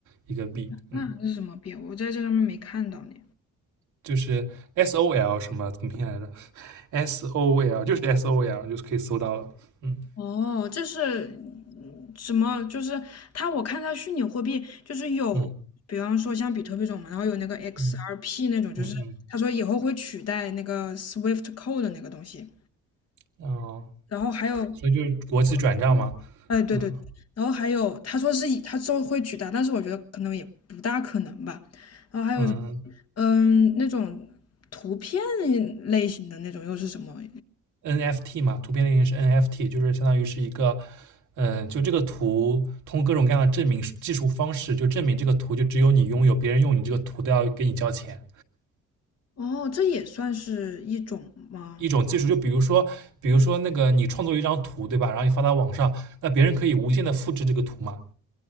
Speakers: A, on the right; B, on the left.
A: 一个币，
B: 那这是什么变？
A: 嗯，
B: 我在这上面没看到呢。
A: 就是 SOL 什么怎么拼来着？SOL 就是 SOL，就是可以搜到了，嗯
B: 哦，这是什么？就是它，我看它虚拟货币就是有，
A: 嗯
B: 比方说像比特币这种嘛，然后有那个 XRP
A: 嗯
B: 那种，就是他说以后会取代那个
A: 嗯
B: Swift Code 的那个东西，
A: 嗯，哦，
B: 然后还有
A: 所以就是国际转账嘛，
B: 哎，对对对，
A: 嗯
B: 然后还有他说是以他之后会取代，但是我觉得可能也不大可能吧。然后还有
A: 嗯。
B: 嗯那种图片类型的那种又是什么？
A: NFT 嘛，图片类型是 NFT，就是相当于是一个，嗯，就这个图通过各种各样的证明技术方式，就证明这个图就只有你拥有，别人用你这个图都要给你交钱。
B: 哦，这也算是一种吗？
A: 一种技术，就比如说，比如说那个你创作一张图，对吧？然后你发到网上，那别人可以无限的复制这个图嘛，